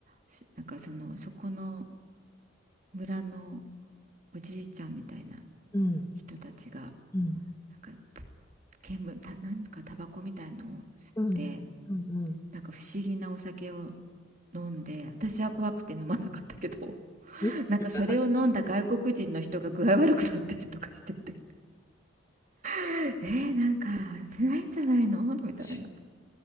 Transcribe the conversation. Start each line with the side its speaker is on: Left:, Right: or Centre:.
Right: しなんかその、そこの村のおじいちゃんみたいな
Left: うん。
Right: 人たちが、
Left: うん
Right: なんか煙、た、なんかタバコみたいのを吸って、
Left: うんうんうんうん。
Right: なんか不思議なお酒を飲んで、私は怖くて飲まなかったけど、<laughs>
Left: 意識が入って
Right: なんかそれを飲んだ外国人の人が具合悪くなってるとかしてて、<laughs> えー、なんか危ないんじゃないのみたいな。
Left: ほし